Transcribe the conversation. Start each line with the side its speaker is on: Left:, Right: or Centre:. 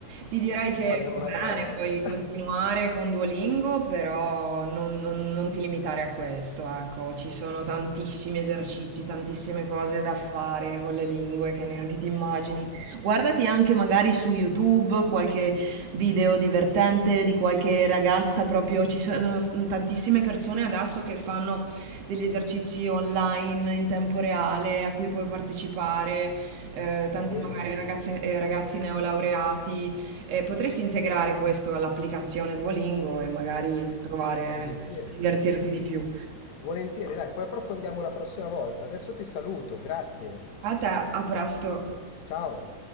Right: ti direi che
Left: Ne parliamo
Right: va
Left: un'altra volta.
Right: bene, puoi continuare
Left: <laughs>
Right: con Duolingo, però non, non- non ti limitare a questo, ecco, ci sono tantissimi esercizi, tantissime cose da fare con le lingue che neanche ti immagini. Guardati anche magari su YouTube qualche video divertente di qualche ragazza, proprio ci sono s- tantissime persone adesso che fanno degli esercizi online in tempo reale a cui puoi partecipare, eh, tanti
Left: Va bene?
Right: magari ragazzi, eh, ragazzi neolaureati. Eh, potresti integrare questo all'applicazione Duolingo e magari
Left: Sì,
Right: provare
Left: volentieri.
Right: a divertirti di più.
Left: Volentieri, dai, poi approfondiamo una prossima volta. Adesso ti saluto, grazie.
Right: A te, a presto.
Left: Ciao.